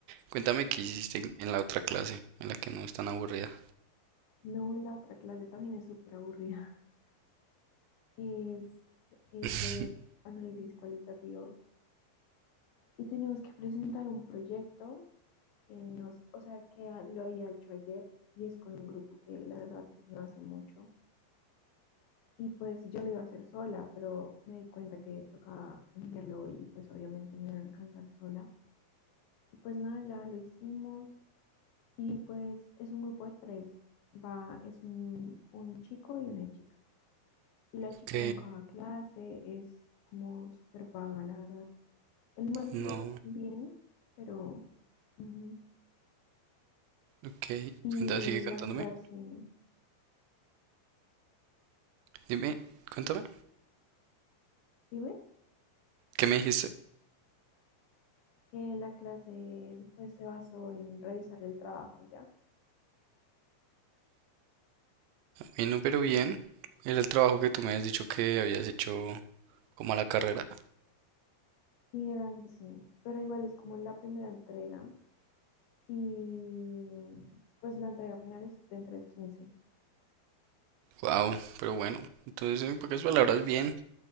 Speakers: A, on the right (about 85°); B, on the left (about 70°).
A: Cuéntame qué hiciste en, en la otra clase, en la que no es tan aburrida.
B: No, la otra clase también es súper aburrida. <laughs> Es, es
A: <laughs>
B: de análisis cualitativo. Y tenemos que presentar un proyecto que nos, o sea, que a- lo había hecho ayer y es con un grupo que la verdad no hace mucho. Y pues yo lo iba a hacer sola, pero me di cuenta que tocaba enviarlo hoy y pues obviamente no iba a alcanzar sola. Y pues nada, ya lo hicimos. Y pues es un grupo de tres. Va, es un, un chico y una chica. Y la chica
A: Ok,
B: nunca va a clase, es como súper vaga, la verdad. El man
A: no,
B: sí es bien, pero... ujú.
A: ok.
B: Y
A: Cuenta, sigue contándome.
B: la clase,
A: Dime, cuéntame,
B: ¿sí ve?
A: ¿qué me dijiste?
B: Eh, la clase pues se basó en revisar el trabajo y ya.
A: Mi número bien, era el trabajo que tú me has dicho que habías hecho como a la carrera.
B: sí era ese, pero igual es como la primera entrega. Y pues la entrega final es dentro de quince
A: Wow, pero bueno, entonces en pocas palabras bien.